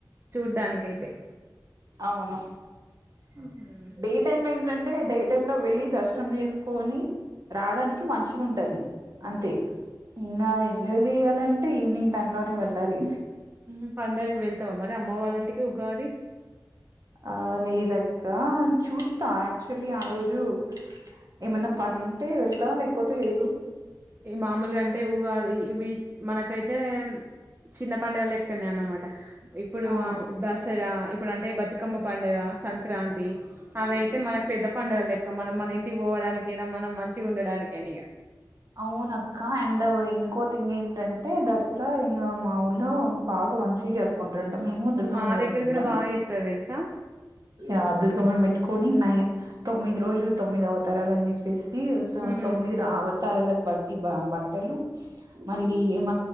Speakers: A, on the right (about 30°); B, on the right (about 55°).
A: చూడ్డానికైతే
B: అవును
A: హ్మ్
B: డే టైమ్ లో ఏందంటే డే టైమ్ లో వెళ్ళి ద ర్శనం చేసుకోని రాడానికి మంచిగుంటది అంతే ఇంగా ఎంజాయ్ చేయ్యాలంటే ఈవినింగ్ టైంలోనే వెళ్ళాలి
A: మ్మ్ పండగకు వెళ్తవా మరి అమ్ మ్మ వాళ్ళ ఇంటికి ఉగాది
B: ఆ లేదక్క చూస్తా యాక్చువల్లీ ఆ రోజు ఏమన్నా పని ఉంటే వెళ్తా లేకపోతే లేదు.
A: ఇగ మాములుగా అంటే ఉగాది ఇవి చ్ మనకైతే చిన్న పండుగలెక్కనే అన్నమాట. ఇప్పుడు
B: అవును
A: మాం దస్ స్సరా ఇప్పుడు అంటే బతుకమ్మ పండుగ సంక్రాంతి అవి అయితే మనకు పెద్ద పండుగ లెక్క, మనం మన ఇంటికి పోవడానికైనా మనం మంచిగా ఉండడానికైనా ఇగ,
B: అవును అక్క అండ్ ఇంకో థింగ్ ఏంటంటే తే దసరా ఇంగా మా ఊళ్ళో బాగా మంచిగా జరుపుకుం మేము దుర్గమ్మని
A: మా
B: పెట్టుకుంటాం,
A: దగ్గర కూడా బాగా చేత్తరు తెలుసా
B: ఆ దుర్గమ్మను పెట్టుకోని నై తొమ్మిది రోజులు తొమ్మిదివతాలనిప్పే
A: హ్మ్.
B: తొమ్మిది రా ఆవత్ బట్టి బ బట్టలు మళ్ళీ ఏమ